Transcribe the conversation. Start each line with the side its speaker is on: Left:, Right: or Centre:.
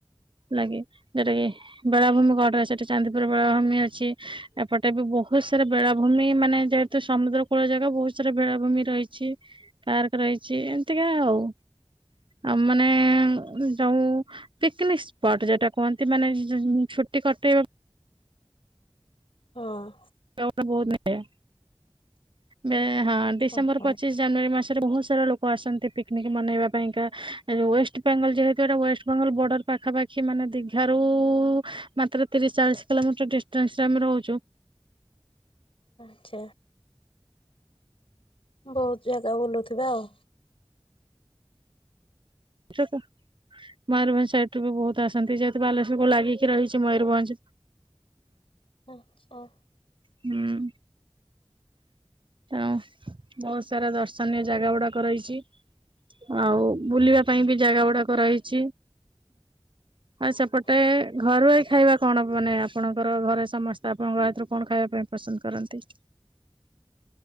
Right: ଲାଗେ ଯୋଉଟା କିି ବେଳାଭୂମି କଡରେ ସେଠି ଚାନ୍ଦିପୁର ବେଳାଭୂମି ଅଛି ଏପଟେ ବି ବହୁତ ସାରା ବେଳାଭୂମି ମାନେ ଯେହେତୁ ସମୁଦ୍ର କୂଳ ଜାଗା ବହୁତ ସାରା ବେଳାଭୂମି ରହିଛି। ପାର୍କ ରହିଛି। ଏମତିକା ଆଉ ଆଉ ମାନେ ଯୋଉ ପିକନିକ ସ୍ପଟ ଯୋଉଟା କୁହନ୍ତି ମାନେ ଛୁଟି କଟେଇବା
Left: ହଁ
Right: <unintelligible> ମେଁ ହଁ ଡିସେମ୍ବର
Left: ଓହୋ।
Right: ପଚିଶ ଜାନୁଆରି ମାସ ବହୁତ ସାରା ଲୋକ ଆସନ୍ତି ପିକ୍ନିକ୍ ମନେଇବା ପାଇଁକା ଆଉ ୱେଷ୍ଟବେଙ୍ଗଲ ଯେହେତୁ ଏଟା ୱେଷ୍ଟ ବଙ୍ଗଲ ବର୍ଡର ପାଖାପାଖି ମାନେ ଦୀଘାରୁ ମାତ୍ର ତିରିଶ ଚାଳିଶ କିଲୋମିଟର ଡିଷ୍ଟାନ୍ସ ରେ ଆମେ ରହୁଛୁ
Left: ଆଚ୍ଛା। ବହୁତ ଜାଗା ବୁଲୁଥିବେ ଆଉ।
Right: ସେଟ ମୟୂରଭଞ୍ଜ ସାଇଟ୍ ରୁ ବି ବହୁତ ଆସନ୍ତି ଯେହେତୁ ବାଲେଶ୍ୱରକୁ ଲାଗିକି ରହିଛି ମୟୂରଭଞ୍ଜ
Left: ଆଚ୍ଛା
Right: ହୁଁ। ତେଣୁ ବହୁତ ସାରା ଦର୍ଶନୀୟ ଜାଗା ଗୁଡାକ ରହିଛି। ଆଉ ବୁଲିବା ପାଇଁ ବି ଜାଗା ଗୁଡାକ ରହିଛି। ଆଉ ସେପଟେ ଘରୁଆଇ ଖାଇବା କଣ ମାନେ ଆପଣଙ୍କର ଘରେ ସମସ୍ତେ ଆପଣଙ୍କ ହାତରୁ କଣ ଖାଇବା ପାଇଁ ପସନ୍ଦ କରନ୍ତି?